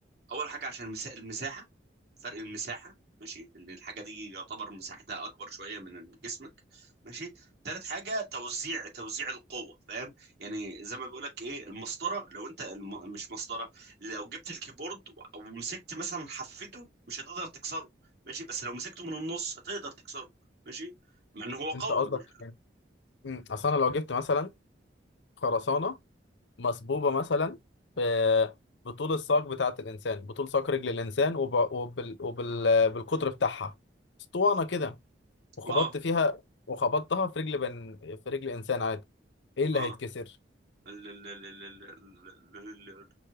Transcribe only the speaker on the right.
اول حاجه عشان المسا- المساحه فرق المساحه ماشي ان الحاجه دي يعتبر مساحتها اكبر شويه من جسمك ماشي تالت حاجه توزيع توزيع القوه فاهم يعني زي ما بيقول لك ايه المسطره لو انت الم... مش مسطره لو جبت الكيبورد و- ومسكت مثلا حفته مش هتقدر تكسره ماشي بس لو مسكته من النص هتقدر تكسره ماشي مع ان هو قوي
مش...
اه
اه
ال- ال- ال- ال- ال- ال- ال-